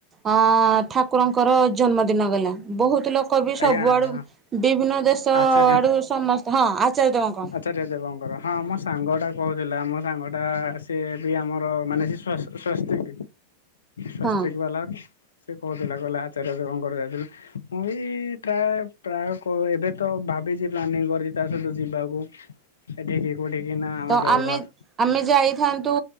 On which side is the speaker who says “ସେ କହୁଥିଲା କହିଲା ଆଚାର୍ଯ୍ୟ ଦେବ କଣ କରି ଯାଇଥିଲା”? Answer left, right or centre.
Left